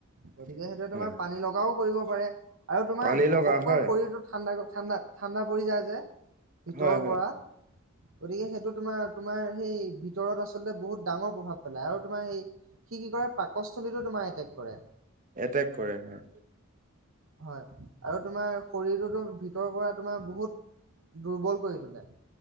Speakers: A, on the right; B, on the right.
A: গতিকে, সেইটোৱে তোমাৰ
B: হয়
A: পানী লগাও কৰিব পাৰে আৰু তোমাৰ
B: পানী
A: ঘপককৈ
B: লগা হয়
A: শৰীৰটো ঠাণ্ডা ক ঠাণ্ডা ঠাণ্ডা পৰি যায় যে ভিতৰৰ
B: হয় হয়
A: পৰা। গতিকে সেই তো তোমাৰ তোমাৰ সেই ভিতৰত আচলতে বহুত ডাঙৰ প্ৰভাৱ পেলায়, আৰু তোমাৰ এই সি কি কৰে পাকস্থলীতো তোমাৰ এটেক কৰে।
B: এটেক কৰে হয়।
A: হয় আৰু তোমাৰ শৰীৰটোতো ভিতৰৰ পৰা তোমাৰ বহুত দুৰ্বল কৰি তোলে।